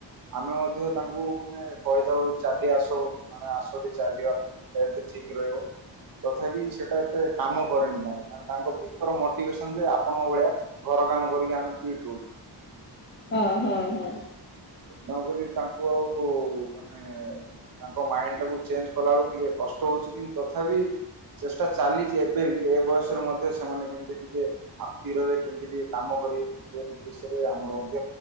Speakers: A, on the right (about 50°); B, on the left (about 30°).
A: ଆମେ ମଧ୍ୟ ତାଙ୍କୁ ମାନେ କହିଥାଉ ଚାଲି ଆସ ମାନେ ଆସ ଚାଲିବା ହେଲ୍ଥ ଠିକ ରହିବ ତଥାପି ସେଇଟା ଏତେ କାମ କରେନି ତାଙ୍କୁ କାର ତାଙ୍କ ଭିତର ମୋଟିଭେସନ ଯେ ଆପଣଙ୍କ ଭଳିଆ ଘର କାମ ବୋଲି ଆମେ ଫିଟ୍ ରହୁଛୁ।
B: ହଁ ହଁ ହଁ
A: ନ କରି ତାଙ୍କୁ ଆଉ ଆଉ ମାନେ ତାଙ୍କ ମାଇଣ୍ଡ ଟାକୁ ଚେଞ୍ଜ କଲା ବେଳକୁ ଟିକେ କଷ୍ଟ ହଉଛି କିନ୍ତୁ ତଥାପି ଚେଷ୍ଟା ଚାଲିଛି ଏବେ ବି ଏ ବୟସରେ ମଧ୍ୟ ସେମାନେ କେମିତି ଟିକେ ଆପ୍ତି ରହିବେ କେମିତି ଟିକେ କାମ କରିବେ ସେ ଉଦ୍ଦେଶ୍ୟରେ ଆମର ମଧ୍ୟ